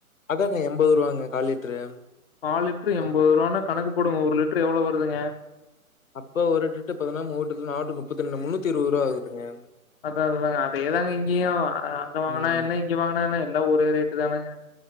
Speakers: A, on the left; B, on the left.
A: அதாங்க எம்பது ரூவாங்க காலிட்டரு
B: காலிட்டரு எம்பது ரூவான்னா கணக்கு போடுங்க ஒரு லிட்டரு எவ்ளோ வருதுங்க?
A: அப்ப ஒரு லிட்டர் பதினாம் மூவெட்டா நாவெட்டு முப்பத்தி ரெண்டு முன்னூத்தி இருவது ரூவா ஆகுதுங்க.
B: அதா அததாங்க அதேதாங்க இங்கெயு அங்க வாங்கனா
A: ம்
B: என்ன? இங்கெ வாங்கனா என்ன? எல்லா ஒரே ரேட்டுதானங்க.